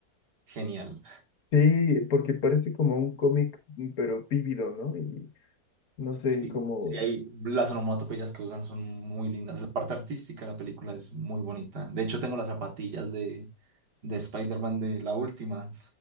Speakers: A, on the right; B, on the left.
A: genial.
B: sí, porque parece como un cómic, pero vívido, ¿no? Y no sé,
A: Sí,
B: como,
A: sí, hay las onomatopeyas que usan son muy lindas. La parte artística de la película es muy bonita. De hecho, tengo las zapatillas de, de Spider-Man de la última,